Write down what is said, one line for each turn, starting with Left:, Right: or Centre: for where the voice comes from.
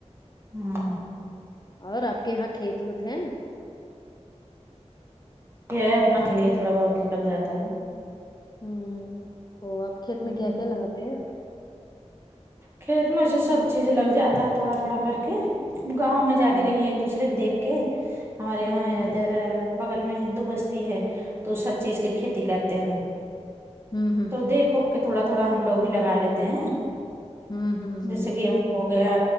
Right: ہوں
Left: اور آپ کے یہاں کھیت وت ہیں
Right: یہ ہے اپنا خ لیے تھوڑا بہت نکل جاتا ہے
Left: ھممم وہ آپ کھیت میں
Right: ہوں
Left: کیا کیا لگاتے ہیں
Right: کھیت میں سے سب چیز لگ جاتا ہے تھوڑا تھوڑا کر کے گاؤں میں جانی
Left: ہ
Right: رہی ہیں ایک دوسرے کے دیکھ کے ہمارے یہاں
Left: ہ ہ
Right: ادھر بغل میں ہندو بستی ہے تو سب چیز کی کھیتی کرتے ہیں
Left: ہ ہ ہ ہوں
Right: تو دیکھو کہ تھوڑا تھوڑا ہم لوگ بھی لگا لیتے ہیں
Left: ہوں ہوں
Right: جیسے گیہوں ہو گیا